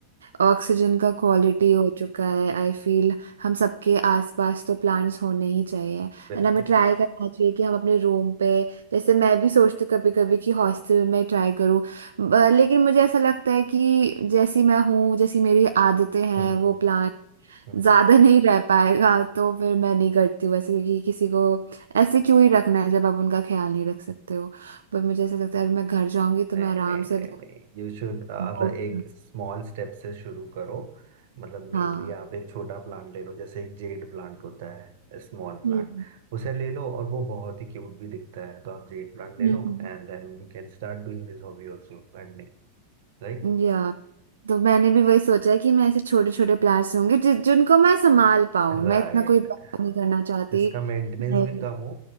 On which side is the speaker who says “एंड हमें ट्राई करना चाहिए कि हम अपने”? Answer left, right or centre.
Right